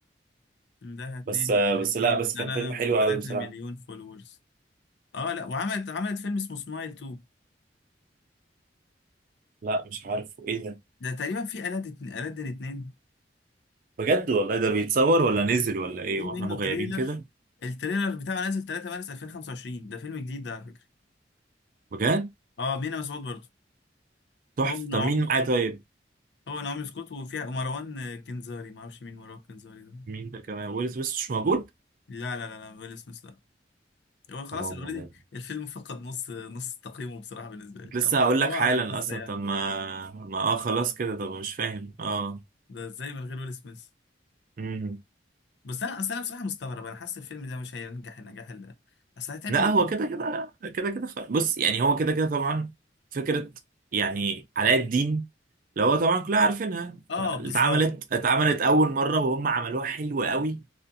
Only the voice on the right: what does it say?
بس بس لا بس
كان فيلم حلو
قوي بصراحة
لا مش عارف ايه ده
بجد والله ده بيتصور ولا نزل ولا ايه
واحنا
مغيبين
كده
بجد
تحفة
طب مين معاه
طيب
مين ده كمان ويل سميث مش موجود
حرام
والله
كنت
لسه هقول
لك حالا
اصلا
طب ما ما اه خلاص كده طب مش فاهم اه
امم
لا
هو كده كده كده كده خ- بص يعني هو كده كده طبعا فكرة يعني علاء الدين اللي هو طبعا كلنا عارفينها
ف- اتعملت
اتعملت أول مرة وهم عملوها حلو قوي